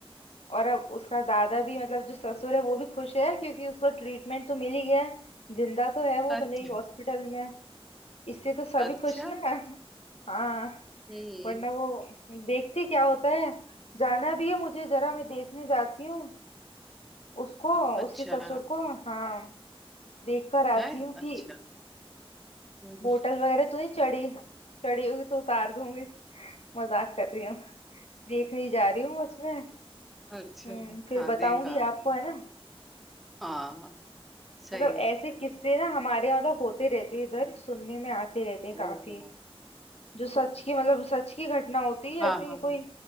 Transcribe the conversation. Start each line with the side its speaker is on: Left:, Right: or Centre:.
Left: और अब उसका दादा भी मतलब जो ससुर है वो भी खुश है क्योंकि उसको ट्रीटमेंट तो मिल ही गया जिंदा तो है वो
Centre: अच्छा
Left: भले ही हॉस्पिटल में इससे तो सभी
Centre: अच्छा
Left: खुश ना हाँ
Centre: हम्म
Left: वरना वो देखते क्या होता है जाना भी है मुझे जरा मैं देखने जाती हूँ उसको
Centre: अच्छा
Left: उसके ससुर को हाँ देख कर आती
Centre: है
Left: हूँ
Centre: अच्छा
Left: कि
Centre: <laughs> चलो।
Left: बोतल वगैरह तो नहीं चढ़ी चढ़ी होगी तो उतार दूंगी मजाक कर रही हूँ देखने ही जा रही हूँ बस मैं
Centre: अच्छा
Left: हम्म फिर
Centre: हाँ
Left: बताऊंगी
Centre: देखा
Left: आपको है ना
Centre: हाँ सही
Left: मतलब
Centre: है
Left: ऐसे किस्से ना हमारे यहाँ मतलब होते रहते हैं इधर सुनने में आते रहते हैं काफी
Centre: ओहो
Left: जो सच की मतलब सच की घटना होती है
Centre: हाँ
Left: ऐसी
Centre: हाँ
Left: कोई